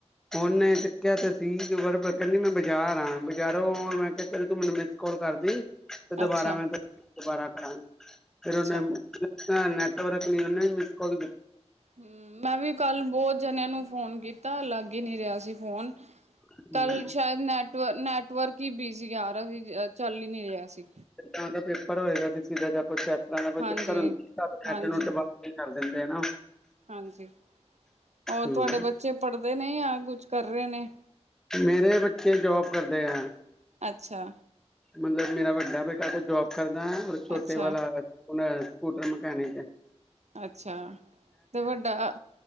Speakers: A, in the centre; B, on the right.
A: ਉਹਨੇ ਚੱਕਿਆ ਤੇ ਸੀ, ਕਹਿੰਦੀ ਮੈਂ ਬਾਜ਼ਾਰ ਆ ਬਜ਼ਾਰੋਂ ਮੈਂ ਕਿਹਾ ਚੱਲ ਤੂੰ ਮੈਨੂੰ ਮ ਕਾਲ ਕਰਦੀ ਤੇ ਦੁਬਾਰਾ
B: ਅੱਛਾ-ਅੱਛਾ
A: ਮੈਂ, ਦੁਬਾਰਾ ਹਾਂ ਫਿਰ ਉਹਨ
B: ਹੂੰ
A: ਹ ਨੈਟਵਰਕ ਨੀ ਓਨੇ ਮਿਸ ਕੋਲ
B: ਹੂੰ, ਮੈਂ ਵੀ ਕੱਲ ਬਹੁਤ ਜਣਿਆਂ ਨੂੰ ਫੋਨ ਕੀਤਾ ਅਲੱਗ ਹੀ ਨਹੀਂ ਰਿਹਾ ਸੀ ਫੋਨ
A: ਟਾਈਮ
B: ਕੱਲ ਸ਼ਾਇਦ ਨੈੱਟ ਵਰਕ ਨੈੱਟਵਰਕ ਹੀ ਬਿਸੀ ਗਿਆ ਰਿਹਾ ਸੀ ਚੱਲ ਹੀ ਨਹੀਂ ਰਿਹਾ ਸੀ
A: ਕਿਦਾਂ ਦਾ ਪੇਪਰ ਹੋਏਗਾ ਤੇ <unintelligible> ਪੁਰਾਣਾ ਕੋਈ
B: ਹਾਂਜੀ,
A: ਚੱਕਰ ਹੁੰ ਤਦ
B: ਹਾਂਜੀ,
A: ਨੈੱਟ ਨੁੱਟ ਬੰਦ ਕਰਦੇ ਦਿੰਦੇ ਨਾ
B: ਹਾਂਜੀ, ਔਰ
A: ਹੂੰ
B: ਤੁਹਾਡੇ ਬੱਚੇ ਪੜਦੇ ਨੇ, ਯ ਕੁਛ ਕਰ ਰਹੇ ਨੇ।
A: ਮੇਰੇ ਬੱਚੇ ਜੋਬ ਕਰਦੇ ਹੈ।
B: ਅੱਛਾ
A: ਮਤਲਬ, ਮੇਰਾ ਵੱਡਾ ਬੇਟਾ ਕੋਈ ਜੋਂਬ ਕਰਦਾ ਹੈ ਓਰ ਛੋਟੇ
B: ਅੱਛਾ,
A: ਵਾਲਾ ਹੁਣ ਸਕੂਟਰ ਮਕੈਨਿਕ ਏ।
B: ਅੱਛਾ ਤੇ ਵੱਡਾ